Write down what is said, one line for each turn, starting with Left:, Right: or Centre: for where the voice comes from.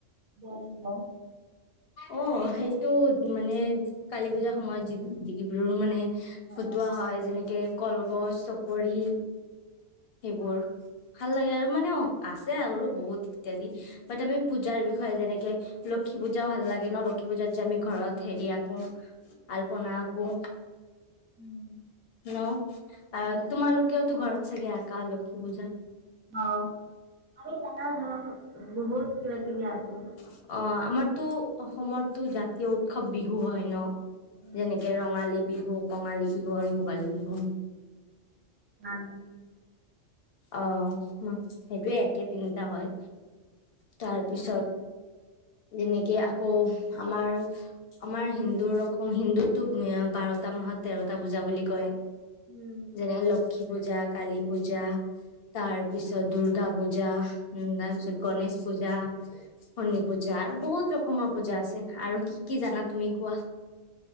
Right: গম গম।
Left: অ', সেইটো মানে কালী পূজাৰ সময়ত <unintelligible> মানে। ফুটোৱা
Right: অ'।
Left: হয় যেনেকে কলগছ। কৰি সেইবোৰ ভাল লাগে আৰু মানে আছে আৰু বহুত। ইত্যাদি
Right: উম।
Left: বাট আমি পূজাৰ হয়, যেনেকে লক্ষী পূজা ভাল লাগে ন লক্ষী পূজা যে আমি ঘৰত
Right: অ'
Left: হেৰি আকোঁ আলপনা আকোঁ।
Right: উম,
Left: ন'
Right: উম
Left: তোমালোকেও টো চাগে আকা লক্ষী পূজা
Right: অ', আমি নানা ধৰনৰ বহুত কিবা কিবি আকোঁ।
Left: অ আমাৰতো অসমতো জাতীয় উৎসৱ বিহু হয় ন'।
Right: উম,
Left: যেনেকে ৰঙালী বিহু। কঙালী বিহু আৰু ভোগালী বিহু।
Right: মাঘ বিহু।
Left: অ', হম। সেইটোৱে একে টিং নহয়, তাৰ পিছত। যেনেকে আকৌ আমাৰ আমাৰ হিন্দুৰ ৰকম হিন্দুতটো বাৰটা মাহত তেৰটা পূজা বুলি কয়।
Right: উম,
Left: যেনে লক্ষী পূজা, কালী পূজা। তাৰ পিছত দূৰ্গা পূজা, উম, তাৰ পিছত গণেশ পূজা, শনি পূজা আৰু বহুত ৰকমৰ পূজা আছে আৰু কি কি জানা তুমি কোৱা।